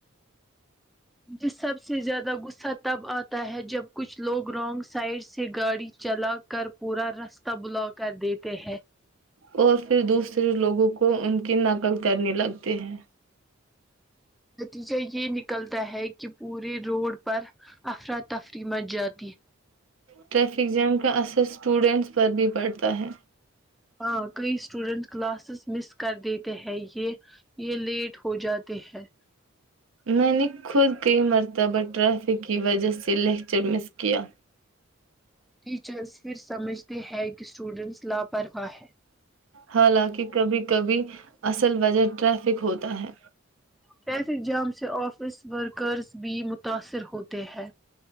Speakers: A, in the centre; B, on the right.
A: ج سب سے زیادہ غصہ تب آتا ہے جب کچھ لوگ رانگ سائڈ سے گاڑی چلا کر پورا راستہ بلا کر دیتے ہے
B: اور پھر دوسرے لوگوں کو ان کی نقل کرنے لگتے ہیں
A: نتیجہ یہ نکلتا ہے کہ کہ پورے روڈ پر افراتفری م جد
B: ٹرافک جام کا اسٹوڈینٹس پر بھی پڑھتا ہے
A: ہاں کئی اسٹوڈینٹ کلاسز مس کر دیتے ہیں یہ یہ لیٹ ہو جاتے ہیں
B: میں نے خود کئی مرتبہ ٹریفک کی وجہ سے لیکچر مس کیا
A: ٹیچرس پھر سمجھتے ہے کہ اسٹوڈینٹس لاپرواہ ہے
B: حالانکہ کبھی کبھی اصل وجہ ٹریفک ہوتا ہے
A: ٹریفک جام سے آفس ورکرز بھی متاثر ہوتے ہیں